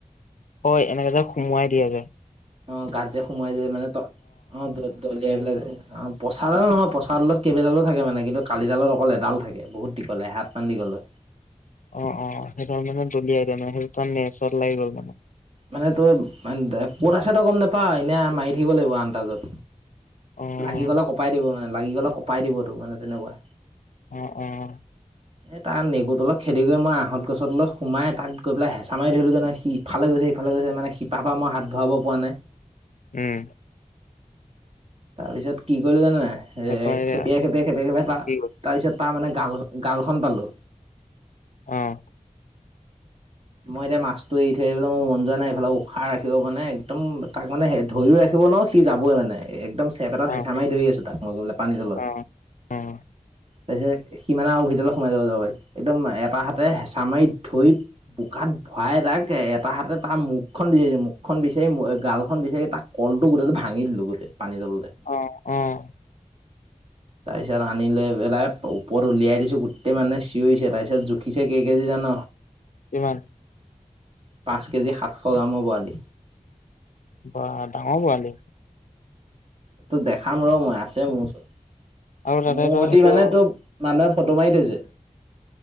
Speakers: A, on the left; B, on the right.
A: হয় এনেকে যে সোমোৱাই দিয়া যে
B: অ গাত যে সোমাই যায় মানে ত অ দ দলিয়বিলাক অ প্ৰচাৰ আৰু নহয় প্ৰচাৰত কেইবালত থাকে মানে কিন্তু কালিডালত অকল এডাল থাকে বহুত দীঘলে এ হাত মান দ গলে
A: অ অ সেইডাল মানে দলিয়াই মানে সেই তাৰ নেচত লাগি গ'ল মানে
B: মানে তই ক'ত আছে তই গম নোপা এনে মাৰি থাকিব লাগিব আনন্তাজত
A: অ',
B: লাগি গ'লে কপাই দিব মানে লাগি গ'লে কপাই দিবতো মানে তেনেকুৱা
A: অঁ, অঁ।
B: এ তাৰ নেগুৰ তলত খেদি গৈ মই আহঁত গছৰ তলত সোমাই তাত গৈ পেলাই হেচা মাৰি ধৰিলোগে সি ইফালে গৈছে ইফালে গৈছে মানে শিপা পৰা মই হাত ভৰাব পৰা নাই।
A: উম।
B: তাৰপিছত কি কৰিলো জান নে? এ
A: তাৰপৰা এয়া
B: খেপিয়াই খেপিয়াই খেপিয়াই খেপিয়াই ত
A: কি হ'ল
B: তাৰ পিছত তাৰ মানে গাল গালখন পালো।
A: অ',
B: মই এতিয়া মাছটো এৰি থৈ আহিবলৈ মোৰ মন নাই এইফালে উশাহ ৰাখিব মানে একদম তাক মানে ধৰিও ৰাখিব ন সি যাবই মানে একদম চেপ এটাত
A: অ',
B: হেঁচা মাৰি ধৰি আছো তাক মই গলে পানীৰ তলত
A: অ', অ',
B: তাৰপি সিমানে আৰু ভিতৰলৈ সোমাই যাব যাব পাৰাৰে একদম এটা হাতে হেঁচা মাৰি ধৈ বোকাত ভৰাই দাক এটা হাত তাৰ মুখখন বিচাৰিছে মুখখন বিচাৰি গালখন বিচাৰি তাৰ কলটো গোটেইটো ভাঙি দিলো গোটেই পানী তললে
A: অ', অ'।
B: তাৰপিছত আনিিলৈ বেলাই ওপৰত উলিয়াই দিছো গোটেই মানে চিঞৰিছে তাৰপিছত জুখিছে ক কে তি জান
A: কিমান
B: পাঁচ কেজি সাতশ গ্ৰামৰ বৰালি
A: ব ডাঙৰ পোৱা দে
B: তোক দেখাম ৰ মই আছে মোৰ ওচৰত
A: আৰু তাতে
B: মোৰ
A: তই
B: সতে
A: সেইটো
B: মানে
A: অ
B: তোক মানুহে ফটো মাৰি থৈছে